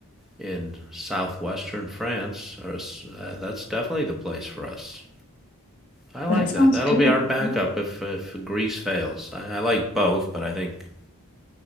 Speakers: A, in the centre; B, on the left.
A: in southwestern France, or uh, that's definitely the place for us. I like
B: that sounds
A: that. That'll
B: good.
A: be our backup
B: Yeah.
A: if if Greece fails. I, I like both, but I think